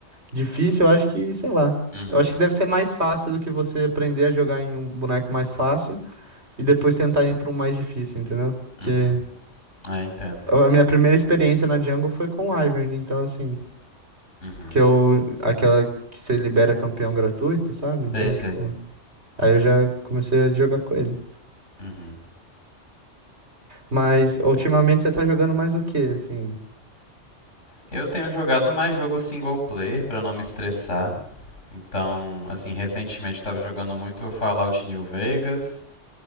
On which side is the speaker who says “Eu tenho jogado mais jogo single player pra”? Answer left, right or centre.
Left